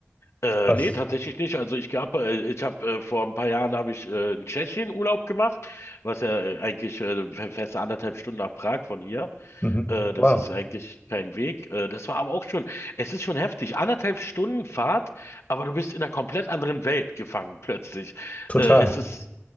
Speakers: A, on the left (about 70°); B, on the left (about 30°).
A: Äh,
B: was?
A: nee, tatsächlich nicht. Also ich gab, äh, ich habe äh, vor ein paar Jahren habe ich äh, in Tschechien Urlaub gemacht, was ja äh, eigentlich äh, fe- fast anderthalb Stunden nach Prag von hier.
B: Mhm.
A: Äh, das
B: Wow,
A: ist eigentlich kein Weg. Äh, das war aber auch schon, es ist schon heftig. Anderthalb Stunden Fahrt, aber du bist in einer komplett anderen Welt gefangen <laughs> plötzlich.
B: total.
A: Äh, es ist